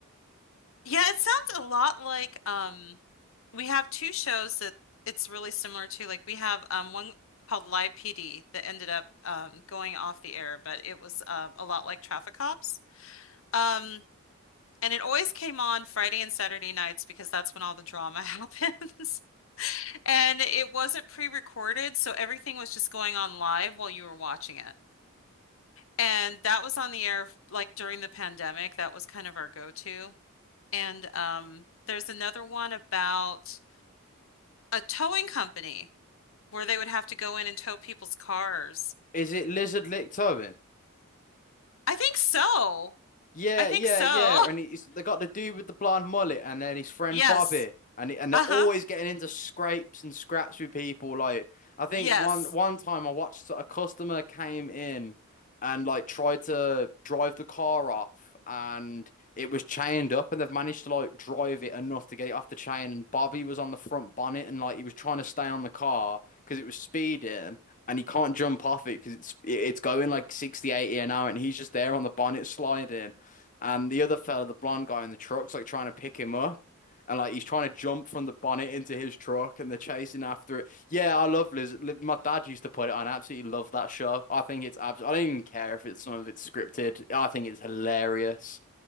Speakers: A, on the left (about 65°); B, on the left (about 35°).
A: Yeah, it sounds a lot like um we have two shows that it's really similar to. Like we have um one called Live PD that ended up um going off the air, but it was um a lot like Traffic Cops. Um and it always came on Friday and Saturday nights because that's when all the drama <laughs> happens. And it wasn't pre-recorded, so everything was just going on live while you were watching it. And that was on the air like during the pandemic. That was kind of our go-to. And um, there's another one about a towing company where they would have to go in and tow people's cars.
B: Is it Lizard Licked Tobin?
A: I think so.
B: Yeah,
A: I think
B: yeah,
A: so.
B: yeah. And
A: <laughs>
B: it's they got the dude with the blonde mullet and then his friend
A: Yes.
B: Bobby. And it, and they're
A: Uh-huh.
B: always getting into scrapes and scraps with people. Like I think
A: Yes.
B: one one time I watched a customer came in and like tried to drive the car off and it was chained up and they've managed to like drive it enough to get it off the chain and Bobby was on the front bonnet and like he was trying to stay on the car because it was speeding and he can't jump off it because it's it's going like 60, 80 an hour and he's just there on the bonnet sliding and the other fella, the blonde guy in the truck's like trying to pick him up. And like he's trying to jump from the bonnet into his truck, and they're chasing after it. Yeah, I love Liz. My dad used to put it on. I absolutely love that show. I think it's abs. I don't even care if it's some of it's scripted. I think it's hilarious.